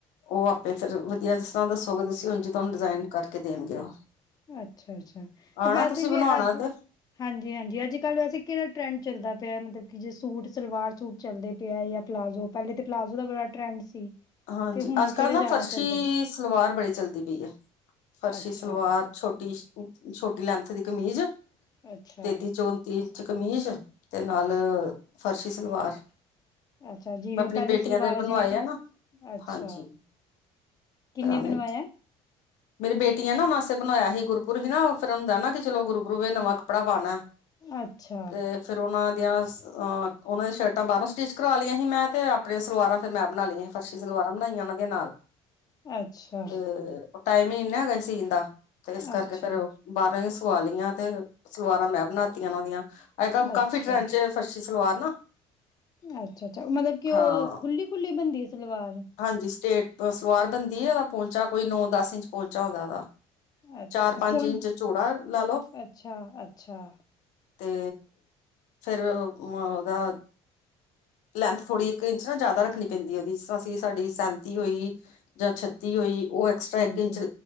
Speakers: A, on the left; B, on the left.
A: ਉਹ ਆਪੇ ਫਿਰ ਵਧੀਆ ਜਿਸ ਤਰ੍ਹਾਂ ਦੱਸੋਗੇ ਤੁਸੀਂ ਉਂਜ ਤੁਹਾਨੂੰ ਡਿਜ਼ਾਇਨ ਕਰਕੇ ਦੇਣਗੇ ਉਹ
B: ਅੱਛਾ ਅੱਛਾ ਤੇ
A: ਆਣਾ
B: ਵੈਸੇ
A: ਤੁਸੀਂ
B: ਵੀ
A: ਬਣਵਾਉਣਾ
B: ਅੱਜ
A: ਤੇ
B: ਹਾਂਜੀ ਹਾਂਜੀ ਅੱਜ ਕੱਲ੍ਹ ਵੈਸੇ ਕਿਹੜਾ ਟਰੈਂਡ ਚੱਲਦਾ ਪਿਆ ਮਤਲਬ ਕਿ ਜੇ ਸੂਟ ਸਲਵਾਰ ਸੂਟ ਚੱਲਦੇ ਪਏ ਆ ਪਲਾਜ਼ੋ ਪਹਿਲੇ ਤਾਂ ਪਲਾਜ਼ੋ ਦਾ ਬੜਾ ਟਰੈਂਡ ਸੀ
A: ਹਾਂਜੀ
B: ਤੇ ਹੁਣ
A: ਅੱਜ
B: ਕਿਹੜੇ
A: ਕੱਲ੍ਹ ਨਾ
B: ਜ਼ਿਆਦਾ
A: ਫਰਸ਼ੀ
B: ਚੱਲਦੇ ਪਏ
A: ਸਲਵਾਰ ਬੜੀ ਚੱਲਦੀ ਪਈ ਹੈ ਫਰਸ਼ੀ
B: ਅੱਛਾ,
A: ਸਲਵਾਰ ਛੋਟੀ ਛੋਟੀ ਲੈਂਥ ਦੀ ਕਮੀਜ਼
B: ਅੱਛਾ,
A: ਤੇਤੀ ਚੋ ਤੀਲ ਚ ਕਮੀਜ਼ ਤੇ ਨਾਲ ਫਰਸ਼ੀ ਸਲਵਾਰ
B: ਅੱਛਾ ਜਿਵੇਂ
A: ਮੈਂ ਆਪਣੀ
B: ਪਹਿਲੇ
A: ਬੇਟੀਆਂ
B: ਸਲਵਾਰਾਂ
A: ਦੇ ਬਣਵਾਏ
B: ਜਿਵੇਂ
A: ਆ ਨਾ
B: ਅੱਛਾ
A: ਹਾਂਜੀ
B: ਕਿੰਨੇ
A: ਪੁਰਾਣੇ
B: ਬਣਵਾਇਆ
A: ਮੇਰੀ ਬੇਟੀਆਂ ਨਾ ਉਹਨਾਂ ਵਾਸਤੇ ਬਣਾਇਆ ਸੀ ਗੁਰਪੁਰਬ ਹੀ ਨਾ ਫਿਰ ਉਹਨੂੰ ਦੇਦਾ ਕਿ ਚਲੋ ਗੁਰੂ ਗੁਰੂਵੇ ਨਵਾਂ ਕੱਪੜਾ ਪਾਉਣਾ
B: ਅੱਛਾ,
A: ਤੇ ਫਿਰ ਉਹਨਾਂ ਦੀਆਂ ਉਹਨਾਂ ਦੀਆਂ ਸ਼ਰਟਾਂ ਬਾਹਰੋਂ ਸਟਿਚ ਕਰਵਾ ਲਈਆਂ ਸੀ ਮੈਂ ਅਤੇ ਆਪਣੀਆਂ ਸਲਵਾਰਾਂ ਫਿਰ ਮੈਂ ਬਣਾ ਲਈਆਂ ਸੀ ਫਰਸ਼ੀ ਸਲਵਾਰਾਂ ਬਣਾਈਆਂ ਉਹਨਾਂ ਦੀਆਂ ਨਾਲ
B: ਅੱਛਾ,
A: ਤੇ ਉਹ ਟਾਈਮ ਹੀ ਨੀ ਨਾ ਹੈਗਾ ਸੀਣ ਦਾ ਤੇ ਇਸ ਕਰਕੇ
B: ਅੱਛਾ,
A: ਫੇਰ ਬਾਹਰੋਂ ਦੀ ਸੁਆ ਲਈਆਂ ਤੇ ਸਲਵਾਰਾਂ ਮੈਂ ਬਣਾਤੀਆਂ ਉਨਾਂ ਦੀਆਂ ਅੱਜ ਕੱਲ੍ਹ ਕਾਫੀ
B: ਅੱਛਾ,
A: ਟਰੈਂਡ ਚ ਆ ਫਰਸ਼ੀ ਸਲਵਾਰ ਨਾ
B: ਅੱਛਾ ਅੱਛਾ ਮਤਲਬ ਕਿ ਉਹ
A: ਹਾਂ
B: ਖੁੱਲੀ ਖੁੱਲੀ ਬਣਦੀ ਐ ਸਲਵਾਰ
A: ਹਾਂਜੀ ਸਟੇਟ ਸਲਵਾਰ ਬਣਦੀ ਆ ਉਹਦਾ ਪਹੁੰਚਾ ਕੋਈ ਨੌ ਦਸ ਇੰਚ ਪਹੁੰਚਾ ਹੁੰਦਾ ਉਹਦਾ
B: ਅੱਛਾ
A: ਚਾਰ
B: ਤੇ
A: ਪੰਜ
B: ਪੋਂ
A: ਇੰਚ ਚੂੜਾ ਲਾ ਲਓ
B: ਅੱਛਾ, ਅੱਛਾ
A: ਤੇ ਫੇਰ ਉਹਦਾ ਲੈਂਥ ਥੋੜ੍ਹੀ ਇੱਕ ਇੰਚ ਨਾ ਜ਼ਿਆਦਾ ਰੱਖਣੀ ਪੈਂਦੀ ਉਹਦੀ ਜਿਸ ਤਰ੍ਹਾਂ ਅਸੀਂ ਸਾਡੀ ਸੈਂਤੀ ਹੋਈ ਜਾਂ ਛੱਤੀ ਹੋਈ ਉ ਏ
B: ਹਾਂਜੀ
A: ਇੱਕ ਇੰਚ